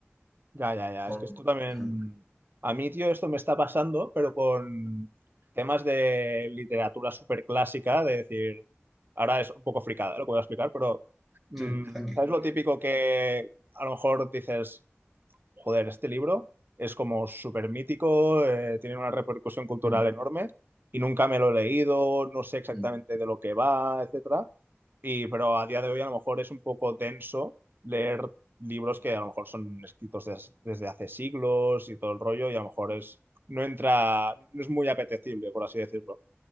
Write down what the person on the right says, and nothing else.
ya, ya, ya.
Es que esto también.
A mí, tío, esto me está pasando, pero con temas de literatura súper clásica, de decir, ahora es un poco fricada lo que voy a explicar, pero mm,
¿sabes lo típico que a lo mejor dices. joder, este libro es como súper mítico, eh, tiene una repercusión cultural
enorme y nunca me lo he leído, no sé exactamente
de lo que va, etcétera. Y, pero a día de hoy a lo mejor es un poco denso leer libros que a lo mejor son escritos des- desde hace siglos y todo el rollo y a lo mejor es, no entra, no es muy apetecible, por así decirlo.